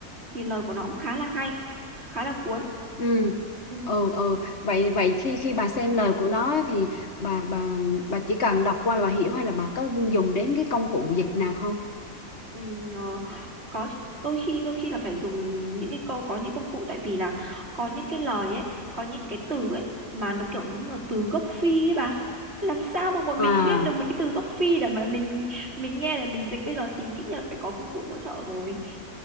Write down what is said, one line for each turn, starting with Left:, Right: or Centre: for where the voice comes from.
Right: thì lời của nó cũng khá là hay khá là cuốn
Left: ừ
Right: ừ,
Left: ừ ừ vậy vậy khi khi bà xem lời của nó á, thì bà bà bà chỉ cần đọc qua là bà hiểu hay là bà có dùng đến cái công cụ dịch nào không
Right: ừ, ờ, có chứ đôi khi đôi khi là phải dùng những cái câu có những công cụ tại vì là có những cái lời ấy có những cái từ ấy mà nó kiểu như là từ gốc phi ấy bà làm sao mà bọn
Left: à
Right: mình biết được mấy cái từ gốc phi để mà mình mình nghe để mình dịch bây giờ thì dĩ nhiên là phải có công cụ hỗ trợ rồi